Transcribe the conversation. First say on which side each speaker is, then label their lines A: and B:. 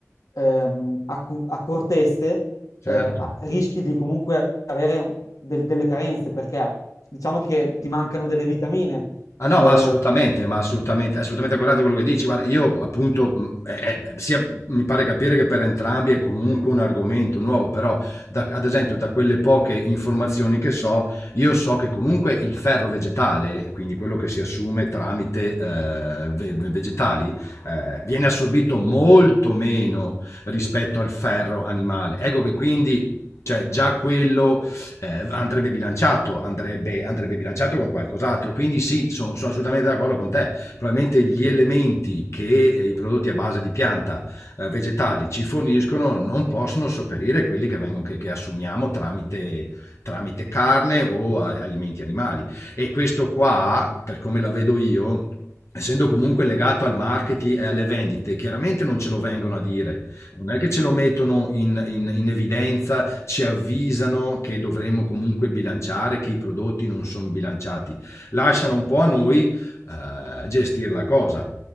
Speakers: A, on the left (about 85°); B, on the left (about 60°).
A: ehm, accu- accortezze,
B: certo.
A: eh, a- rischi di comunque avere un- del- delle carenze, perché diciamo che ti mancano delle vitamine.
B: Ah no,
A: eh,
B: ma assolutamente, ma assolutamente, assolutamente guardate quello che dici. Guarda, io appunto, mh, eh, eh, sia, mi pare capire che per entrambi è comunque un argomento nuovo, però da- ad esempio da quelle poche informazioni che so, io so che comunque il ferro vegetale, quindi quello che si assume tramite eh, ve- vegetali, eh, viene assorbito molto meno rispetto al ferro animale. Ecco che quindi, cioè già quello eh, andrebbe bilanciato, andrebbe, andrebbe bilanciato con qualcos'altro. Quindi sì, sono, sono assolutamente d'accordo con te. Probabilmente gli elementi che eh, i prodotti a base di pianta eh, vegetali ci forniscono non possono sopperire quelli che, vengono, che, che assumiamo tramite tramite carne o a, alimenti animali. E questo qua, per come la vedo io, essendo comunque legato al marketing e alle vendite, chiaramente non ce lo vengono a dire, non è che ce lo mettono in, in, in evidenza ci avvisano che dovremmo comunque bilanciare, che i prodotti non sono bilanciati. Lasciano un po' a noi eh, gestire la cosa.